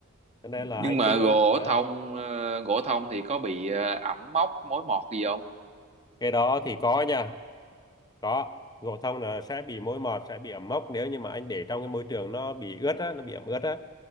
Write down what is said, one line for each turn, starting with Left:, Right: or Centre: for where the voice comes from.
Left: cho nên
Right: nhưng
Left: là anh
Right: mà
Left: cứ
Right: gỗ
Left: hả?
Right: thông ờ, gỗ thông thì có bị ờ, ẩm mốc mối mọt gì không
Left: cái đó thì có nha có gỗ thông là sẽ bị mối mọt sẽ bị ẩm mốc nếu như mà anh để trong cái môi trường nó bị ướt á nó bị ẩm ướt á